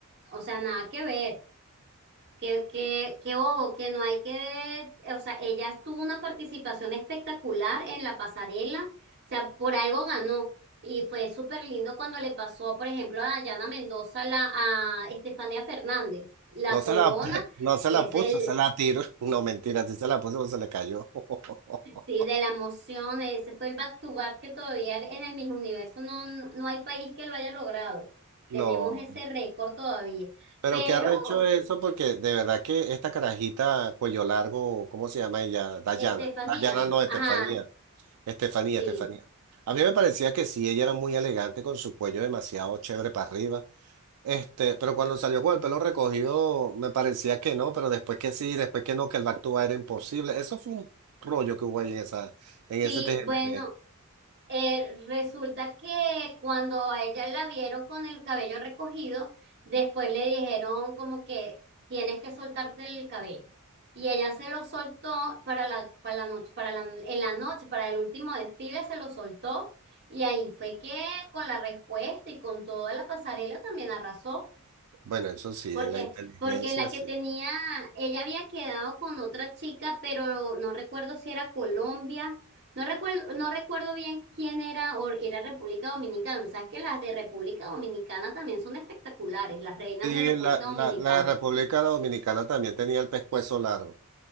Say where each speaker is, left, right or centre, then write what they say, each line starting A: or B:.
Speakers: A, on the right (about 50°); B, on the right (about 80°).
A: o sea, nada que ver, que, que, que ojo, que no hay que, o sea, ella tuvo una participación espectacular en la pasarela, o sea, por algo ganó y fue súper lindo cuando le pasó, por ejemplo, a Dayana Mendoza, la, a Estefanía Fernández, la
B: No
A: corona
B: se la, <laughs> no se
A: que
B: la
A: es
B: puso,
A: el,
B: se la tiró. <laughs> No, mentira, sí se la puso, pero se le cayó. <laughs>
A: Sí, de la emoción, ese fue el back to back que todavía en el Miss Universo no, no no hay país que lo haya logrado. Tenemos
B: No,
A: ese récord todavía.
B: pero
A: Pero,
B: qué arrecho eso, porque de verdad que esta carajita cuello largo, ¿cómo se llama ella? Dayana.
A: Estefanía,
B: Dayana no, Estefanía.
A: ajá,
B: Estefanía,
A: sí,
B: Estefanía. A mí me parecía que sí, ella era muy elegante con su cuello demasiado chévere para arriba. Este, pero cuando salió con el pelo recogido, me parecía que no, pero después que sí, después que no, que el back to back era imposible. Eso fue un rollo que hubo ahí en esa, en
A: sí,
B: ese TGN.
A: bueno, Eh, resulta que cuando a ella la vieron con el cabello recogido, después le dijeron como que tienes que soltarte el cabello. Y ella se lo soltó para la, para la noche, para la- en la noche, para el último desfile se lo soltó. Y ahí fue que con la respuesta y con toda la pasarela también arrasó.
B: Bueno, eso sí,
A: Porque,
B: en la inteligencia
A: porque la que
B: sí.
A: tenía, ella había quedado con otra chica, pero no recuerdo si era Colombia, no recuerdo, no recuerdo bien quién era, o era República Dominicana. Sabes que las de República Dominicana también son espectaculares, las reinas
B: Sí,
A: de República
B: la,
A: Dominicana.
B: la, la República Dominicana también tenía el pescuezo largo.